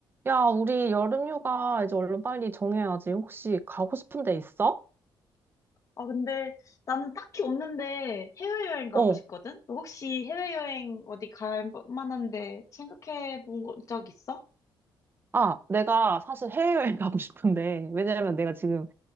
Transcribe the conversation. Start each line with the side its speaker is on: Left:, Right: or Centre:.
Right: 야, 우리 여름휴가 이제 얼른 빨리 정해야지. 혹시 가고 싶은 데 있어?
Left: 아, 근데 나는 딱히 없는데 해외여행 가고
Right: 어.
Left: 싶거든? 너 혹시 해외여행 어디 갈 만한데 생각해 본 적 있어?
Right: 아, 내가 사실 해외여행 <laughs> 가고 싶은데, 왜냐면 내가
Left: 응,
Right: 지금